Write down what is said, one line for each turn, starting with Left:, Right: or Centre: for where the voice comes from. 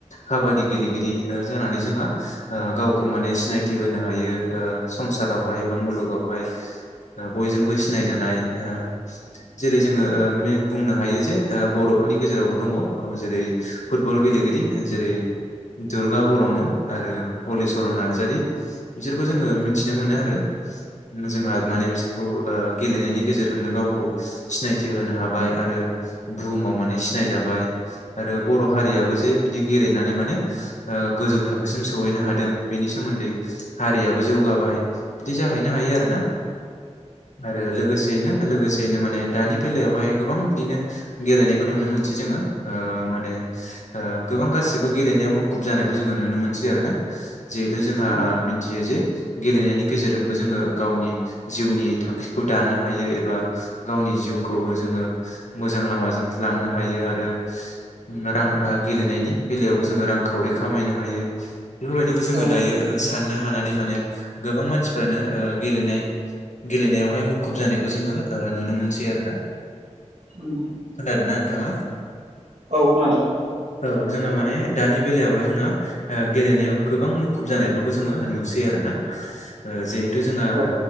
Left: काबादि गेलेगिरि जानानै जोंहा ओ गावखौ माने सिनायथि होनो हायो ओ संसारावहाय बा मुलुगावहाय ओ बयजोंबो सिनायजानाय ओ जेरै जोङो ओ बुंनो हायो जे बर'फोरनि गेजेरावबो दङ ओ जेरै फुटबल गेले गिरि जेरै दुर्गा बर'मोन आरो हलिचरन नार्जारी बिसोरखौ जोङो मिथिनो मोनो आरो। जोंहा माने बिसोरखौ ओ गेलेनायनि गेजेरजोंनो गावखौ सिनायथि होनो हाबाय आरो बुहुमाव माने सिनायजाबाय आरो बर' हारियाबो जे बिदि गेलेनानै माने ओ गोजौ थाखोसिम सहैनो हादों बेनि सोमोन्दै हारियाबो जौगाबाय बिदि जाहैनो हायो आरो ना। आरो लोगोसेयैनो लोगोसेयैनो माने दानि बे बेलायावहाय गोबां बिदिनो गेलेनायखौ नुनो मोनसै जोङो ओ माने ओ गोबां गासिबो गेले मुुखुब जानायखौ जोङो नुनो मोनसै आरोना जिहेथु जोंहा
Right: औ
Left: मिथियो जे गेले नायनि गेजेरजों जोङो गावनि जिउनि थांखिखौ दानो हायो एबा गावनि जिउ खौ जोङो मोजां लामाजों लांनो हायो आरो रां गेलेनायनि बेलायावबो जोङो रांखावरि खामायनो हायो बेफोरबादिखौ जोङो
Right: औ
Left: दायो साननो हानानै माने गोबां मान सिफ्रानो ओ गेलेनाय बहाय मुखुब जानायखौ जोङो नुनो मोनसै आरो ना।
Right: उम
Left: खोनादों ना नोंथाङा?
Right: औ खोनादों।
Left: औ जोंहा माने दानि बेलायावहाय जोंहा ओ गेलेनायाव गोबां मुखुब जानायफोरखौ जोङो नुसै आरोना। जिहेथु जोंहा
Right: औ